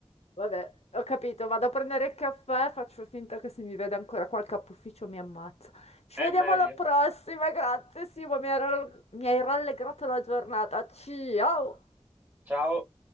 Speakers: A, on the left; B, on the right.
A: Vabbè, ho capito, vado a prendere il caffè, faccio finta che se mi vede ancora qua il capufficio mi ammazza. Ci
B: È
A: vediamo
B: meglio.
A: alla prossima, grazie Simo, mi hai ra- mi hai rallegrato la giornata. Ciao!
B: Ciao.